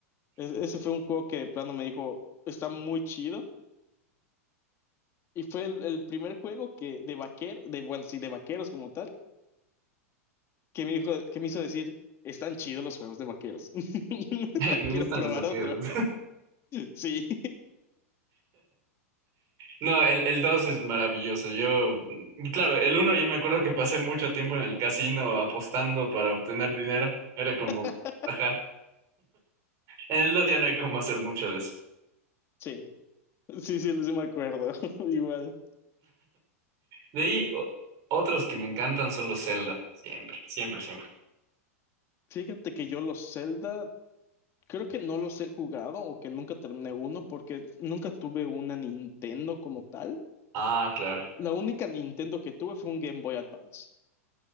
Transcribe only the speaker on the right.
<laughs> Me
gustan
los bloqueos.
No, el, el 2 es maravilloso. Yo, mm, claro, el uno yo me acuerdo que pasé mucho tiempo en el casino apostando para obtener dinero. Era como,
ajá. En el 2 ya no hay cómo hacer mucho de eso.
De ahí, o- otros que me encantan son los Zelda. Siempre, siempre, siempre.
Ah, claro.